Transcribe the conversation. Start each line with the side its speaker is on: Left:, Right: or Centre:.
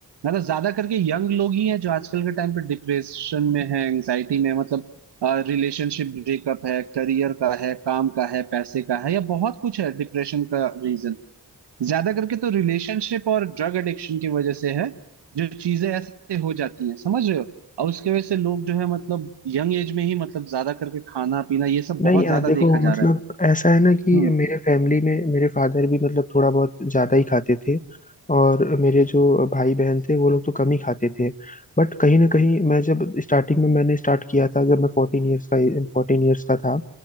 Right: मतलब ज्यादा करके यंग लोग ही हैं जो आजकल के टाइम पे डिप्रेशन में है एंग्जाइटी में है, मतलब रिलेशनशिप ब्रेकअप है करियर का है काम का है पैसे का है या बहुत कुछ है डिप्रेशन का रीजन ज्यादा करके तो रिलेशनशिप और ड्रग एडिक्शन की वजह से है जो चीजें ऐसे हो जाती हैं समझ रहे हो और उसके वजह से लोग जो है मतलब यंग एज में ही मतलब ज्यादा करके खाना पीना ये सब
Left: नहीं
Right: बहुत
Left: यार
Right: ज्यादा
Left: देखो
Right: देखा
Left: मतलब
Right: जा रहा है
Left: ऐसा है ना कि
Right: हम्म
Left: मेरे फैमिली में मेरे फादर भी मतलब थोड़ा बहुत ज़्यादा ही खाते थे और मेरे जो भाई बहन थे वो लोग तो कम ही खाते थे बट कहीं ना कहीं मैं जब स्टार्टिंग में मैंने स्टार्ट किया था जब मैं फोर्टीन ईयर्स का फोर्टीन ईयर्स का था